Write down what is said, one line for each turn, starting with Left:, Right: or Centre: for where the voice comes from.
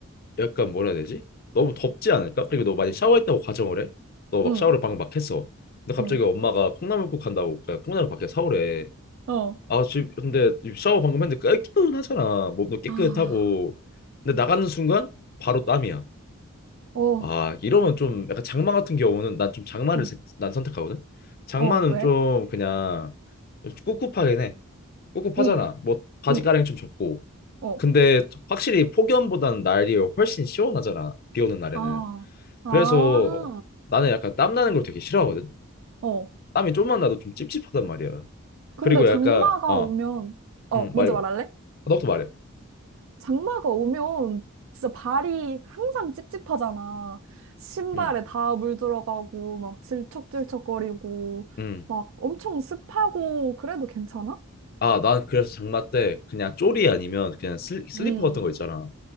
Left: 약간 뭐라 해야 되지? 너무 덥지 않을까? 그리고 너 많이 샤워했다고 가정을 해. 너 막
Right: 응,
Left: 샤워를 방금 막 했어. 근데 갑자기
Right: 응,
Left: 엄마가 콩나물국 한다고 그러니까 콩나물 밖에 사오래.
Right: 어,
Left: 아, 집, 근데 샤워 방금 했는데 깨끗하잖아. 몸도 깨끗하고.
Right: 아,
Left: 근데 나가는 순간 바로 땀이야.
Right: 어,
Left: 와, 이러면 좀 약간 장마 같은 경우는 난 좀 장마를
Right: 어,
Left: 세- 난 선택하거든. 장마는
Right: 어, 왜?
Left: 좀 그냥 꿉꿉하긴 해. 꿉꿉하잖아.
Right: 응,
Left: 뭐 바지
Right: 응,
Left: 가랑이 좀 젖고.
Right: 어,
Left: 근데 확실히 폭염보다는 날이 훨씬 시원하잖아. 비 오는 날에는.
Right: 아. 아,
Left: 그래서 나는 약간 땀 나는 걸 되게 싫어하거든.
Right: 어.
Left: 땀이 좀만 나도 좀 찝찝하단 말이야.
Right: 근데
Left: 그리고
Right: 장마가
Left: 약간 어,
Right: 오면, 어,
Left: 음, 말해봐.
Right: 먼저 말할래?
Left: 아, 너부터 말해.
Right: 장마가 오면 진짜 발이 항상 찝찝하잖아. 신발에
Left: 음.
Right: 다 물 들어가고, 막 질척질척거리고,
Left: 음.
Right: 막 엄청 습하고, 그래도 괜찮아?
Left: 아, 난 그래서 장마 때 그냥 쪼리 아니면 그냥 슬, 슬리퍼
Right: 음,
Left: 같은 거 있잖아.